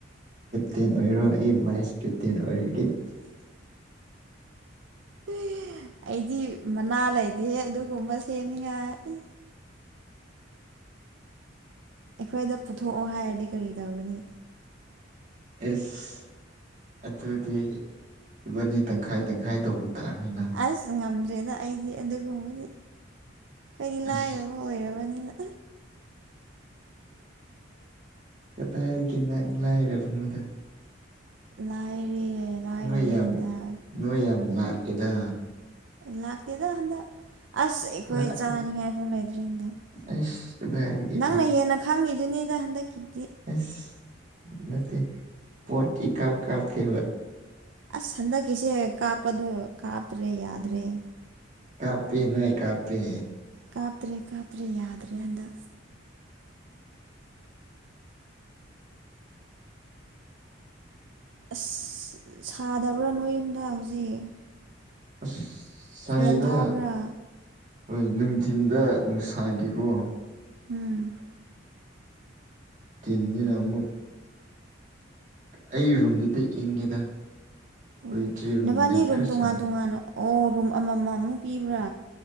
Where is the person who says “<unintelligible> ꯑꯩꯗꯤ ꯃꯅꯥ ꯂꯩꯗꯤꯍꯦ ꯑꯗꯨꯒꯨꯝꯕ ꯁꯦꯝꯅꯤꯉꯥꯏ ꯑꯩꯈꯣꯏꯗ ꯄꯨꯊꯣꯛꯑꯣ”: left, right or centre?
Right